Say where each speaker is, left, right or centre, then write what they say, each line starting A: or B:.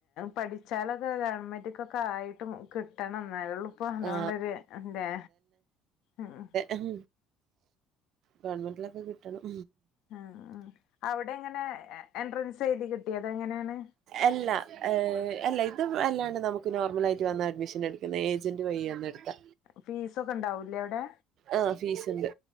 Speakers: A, on the left (about 65°); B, on the right (about 50°).
A: പഠിച്ചാലൊക്കെ ഗവൺമെന്റക്കൊക്കെ ആയിട്ടു കിട്ടും പെട്ടണം എന്നാലേള്ളൂ ഇപ്പ അതുകൊണ്ടൊരു
B: ആ
A: എന്താ ഉം
B: ഉം ഗവൺമെന്റിലൊക്കെ കിട്ടണം
A: ആഹ് ആഹ് അവിടെ എങ്ങനെ എൻട്രൻസ് എഴുതി കിട്ടിയ അതോ എങ്ങനെയാണ്
B: അല്ല അല്ല ഇതും എല്ലാണ്ട് നമുക്ക് നോർമൽ ആയിട്ട് വന്നൽ അഡ്മിഷൻ എടുക്കുന്നത് ഏജന്റ് വയി വന്ന എടുത്താ
A: ഫീസ് ഒക്കെ ഉണ്ടാവൂലേ അവിടെ
B: ആഹ് ഫീസ് ഉണ്ട്